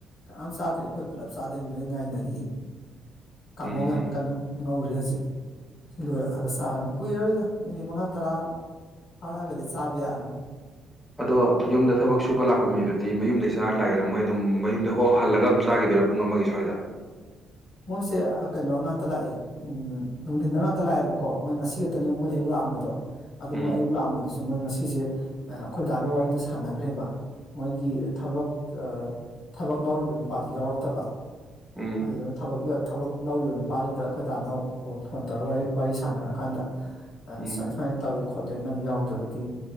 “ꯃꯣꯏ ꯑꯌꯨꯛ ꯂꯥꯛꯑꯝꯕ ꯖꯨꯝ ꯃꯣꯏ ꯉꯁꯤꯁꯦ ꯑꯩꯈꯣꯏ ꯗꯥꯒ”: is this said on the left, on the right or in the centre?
Left